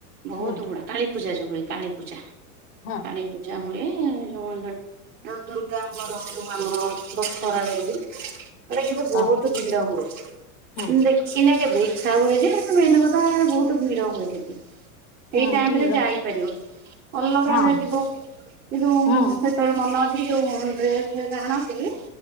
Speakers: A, on the right (about 20°); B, on the left (about 30°).
A: ବହୁତ
B: ହୁଁ
A: ଗୁଡା କାୀପୂଜା ଯୋଉ ହୁଏ କାଳୀପୂଜା।
B: ହଁ।
A: କାଳୀ ପୂଜା ହୁଏ। ଯୋଉ ଦୁର୍ଗାଙ୍କର ଆମର ଦଶହରା ହୁଏ ବି ୟାଡେ କିନ୍ତୁ ବହୁତ
B: ହଁ
A: ଭିଡ ହୁଏ,
B: ହୁଁ
A: ଦେଖ ଖିନେ କେବେ ଇଛା ହୁଏ ଯେ ସେ ମେନ କଥା ବହୁତ ଭିଡ ହୁଏ ସେଠୀ।
B: ହୁଁ
A: ଏଇ ଟାଇମ
B: ଦିଗୁଡା
A: ରେ ଯାଇପାରିବନି ଅଲଗା
B: ହଁ
A: ବେଳେ ଯିବ, କିନ୍ତୁ
B: ହୁଁ
A: ମନ ଅଛି, ଯୋଉ ଡ୍ରେସ ଫ୍ରେସ୍ ଆଣନ୍ତି,